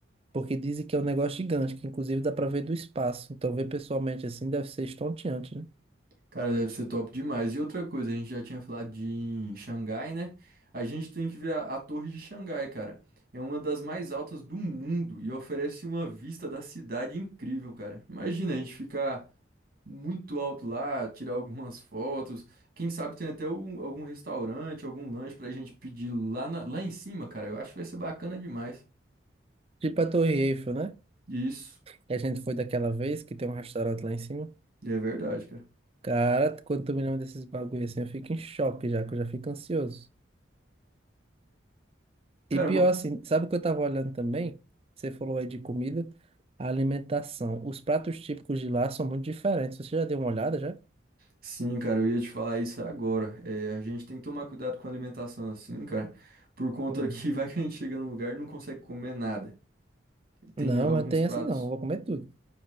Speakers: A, on the right; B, on the right.
A: porque dizem que é um negócio gigante, que inclusive dá para ver do espaço. Então, ver pessoalmente assim deve ser estonteante, né?
B: cara, deve ser top demais. E outra coisa, a gente já tinha falado de em Xangai, né? A gente tem que ver a, a Torre de Xangai, cara. É uma das mais altas do mundo e oferece uma vista da cidade incrível, cara. Imagina a gente ficar muito alto lá, tirar algumas fotos. Quem sabe tem até um- algum restaurante, algum lanche pra gente pedir lá, na- lá em cima, cara. Eu acho que vai ser bacana demais.
A: Tipo a Torre Eiffel, né?
B: Isso,
A: Que a gente foi daquela vez, que tem um restaurante lá em cima.
B: é verdade, cara.
A: Cara, quando tu me lembra desses bagulho assim, eu fico em choque já, que eu já fico ansioso.
B: Cara,
A: E pior assim, sabe o que eu tava olhando também? Você falou aí de comida, a alimentação. Os pratos típicos de lá são muito diferentes. Você já deu uma olhada já?
B: Sim, cara, eu ia te falar isso agora. É, a gente tem que tomar cuidado com a alimentação assim, cara, por conta
A: Hum.
B: que <laughs> vai que a gente chega num lugar e não consegue comer nada. Tem
A: Não,
B: alguns
A: mas não tem
B: pratos.
A: essa não. Eu vou comer tudo.